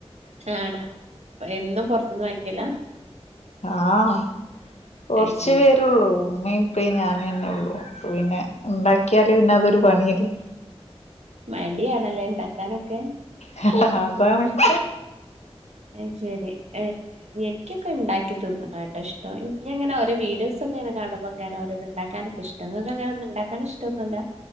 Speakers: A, on the right; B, on the left.
A: ആണോ പ എന്നും പൊറത്ത്ന്നാങ്ങിക്കലാ?
B: ആഹ് കൊർച്ച്
A: അയ് ശരി
B: <unintelligible> റ്റുള്ളൂ. മ്മയ് പ്പയ് ഞാനേ ണ്ടാവുള്ളു. പ പിന്നെ ഉണ്ടാക്ക്യാല് പിന്നതൊരു പണിയല്ലെ.
A: മടിയാണല്ലേണ്ടാക്കാനൊക്കെ?
B: ഹ ഹ ഹ അതാണ്. <inaudible>
A: അയ്ശരി എ യെനിക്കൊക്ക ണ്ടാക്കി തിന്ന്ണാട്ടൊ ഷ്ടം. ഞാൻ ങ്ങന ഓരൊ വീഡിയോസൊങ്ങന കാണുമ്പം ങ്ങനോരോന്ന്ണ്ടാക്കാനൊക്കഷ് <unintelligible> അങ്ങനൊന്ന് ണ്ടാക്കാനിഷ്ടൊന്നുല്ല.